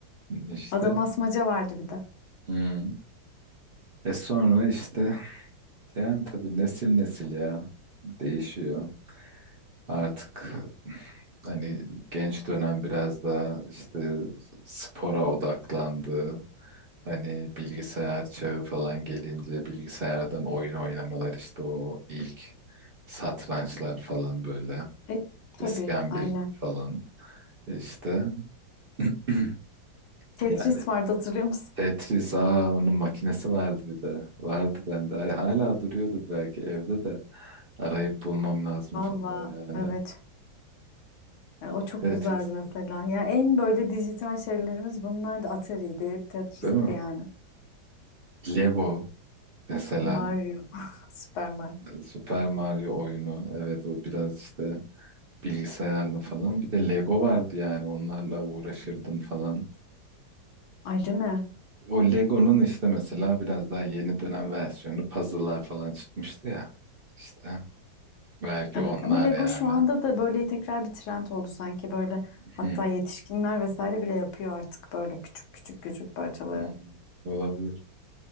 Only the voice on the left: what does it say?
Adam asmaca vardı bir de.
E
tabii aynen.
Tetris
vardı hatırlıyor musun?
Valla
evet. E, o çok
güzeldi mesela. Ya en böyle dijital şeylerimiz bunlar da Atari'ydi, Tetris'ti
yani.
Mario, <laughs> Super Mario.
Ha,
Ayrı ne?
Evet
ama Lego
şu anda da böyle tekrar bir trend oldu sanki böyle hatta
yetişkinler vesaire bile yapıyor artık böyle küçük küçük küçük parçaları.